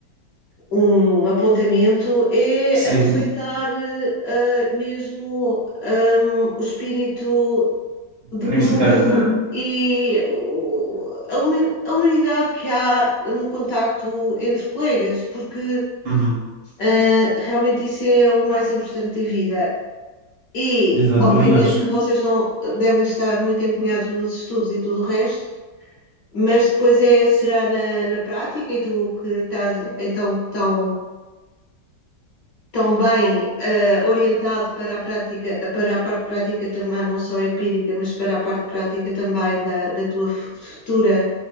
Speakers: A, on the left; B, on the right.
A: um apontamento é
B: Sim.
A: aproveitar eh, eh, mesmo hum, o espírito de
B: Universitário.
A: grupo <laughs> e o- a humi- a humanidade que há no contacto entre colegas, porque
B: Uhum,
A: eh, realmente isso é o mais importante da vida. E,
B: Exato,
A: obviamente,
B: também acho.
A: que vocês não devem estar muito empenhados nos estudos e tudo o resto, mas depois é, será na, na prática, e tu que estás então tão também eh, orientado para a prática, para a parte prática também, não só empírica, mas para a parte prática também da, da tua futura